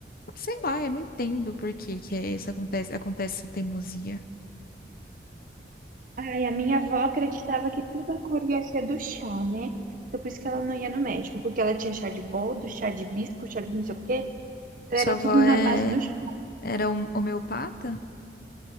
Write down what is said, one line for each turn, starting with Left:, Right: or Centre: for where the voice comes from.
Left: Sei lá, eu não entendo por que que é isso acontece, acontece essa teimosia.
Right: Ai, a minha avó acreditava que tudo a cor ia ser do chá, né? Então por isso que ela não ia no médico, porque ela tinha chá de boldo, chá de hibisco, chá de não sei o quê. Então
Left: Sua
Right: era
Left: avó
Right: tudo
Left: é,
Right: na base do chá,
Left: era um homeopata?